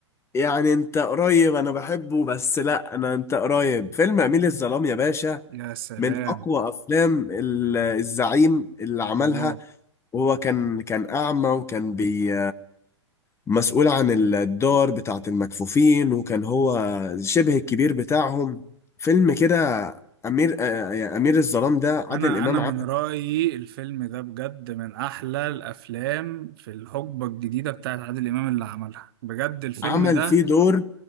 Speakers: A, on the left; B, on the right.
A: يعني انت قريب انا بحبه بس لا انا انت قريب فيلم اميل الظلام يا باشا
B: يا سلام
A: من اقوى افلام ال- الزعيم اللي عملها
B: الله
A: وهو كان كان اعمى وكان بي مسؤول عن الدار بتاعة المكفوفين وكان هو شبه الكبير بتاعهم فيلم كده أمير آه، يعني أمير الظلام ده عادل
B: انا
A: إمام
B: انا من
A: عمل
B: رايي الفيلم ده بجد من احلى الافلام في الحقبه الجديده بتاعت عادل امام اللي عملها بجد الفيلم
A: عمل
B: ده
A: فيه دور